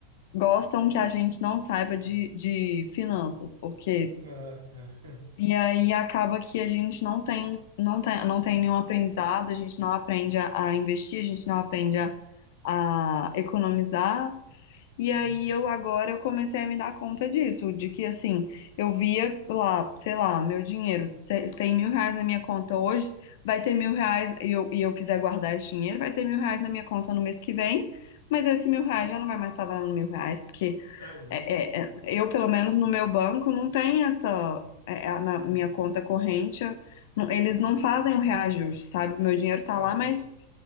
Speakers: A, on the left; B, on the right.
A: gostam que a gente não saiba de, de finanças, porque.
B: ah é.
A: E aí acaba que a gente não tem, não tem, não tem nenhum aprendizado, a gente não aprende a, a investir, a gente não aprende a, a economizar.
B: Uhum.
A: E aí eu agora eu comecei a me dar conta disso, de que assim, eu via lá, sei lá, meu dinheiro, se- tem mil reais na minha conta hoje, vai ter mil reais, e eu, e eu quiser guardar esse dinheiro, vai ter mil reais na minha conta no mês que vem, mas esse mil reais já não vai mais estar valendo mil reais, porque
B: É isso.
A: é, é, é, eu, pelo menos no meu banco, não tem essa. é, é, na
B: Uhum.
A: minha conta corrente, eu- não- eles não fazem o reajuste, sabe? O meu dinheiro tá
B: É
A: lá, mas.
B: isso.